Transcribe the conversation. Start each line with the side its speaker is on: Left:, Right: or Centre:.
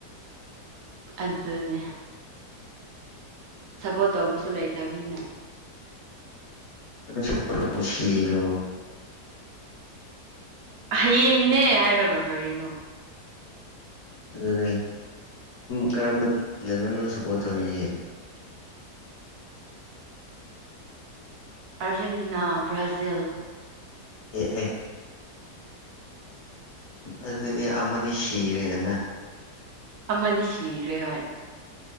Right: ꯑꯗꯨꯅꯦ ꯁꯞꯄꯣꯔꯠ ꯇꯧꯕꯁꯨ ꯂꯩꯇꯕꯅꯤꯅ
Left: ꯁꯔ ꯈꯨꯁꯤꯔꯕ
Right: ꯍꯌꯦꯡꯅꯦ ꯍꯥꯏꯔꯒ ꯀꯔꯤꯅꯣ
Left: ꯑꯗꯨꯅꯦ ꯀꯔꯝꯕꯗꯅ ꯅꯪ ꯁꯄꯣꯔꯠ ꯇꯧꯔꯤꯁꯦ
Right: ꯑꯥꯔꯖꯦꯟꯇꯤꯅꯥ ꯕ꯭ꯔꯥꯖꯤꯜ
Left: ꯑꯦ ꯑꯦ ꯑꯗꯨꯗꯤ ꯑꯃꯗꯤ ꯁꯤꯕꯗꯅ
Right: ꯑꯃꯗꯤ ꯁꯤꯈ꯭ꯔꯦ ꯍꯣꯏ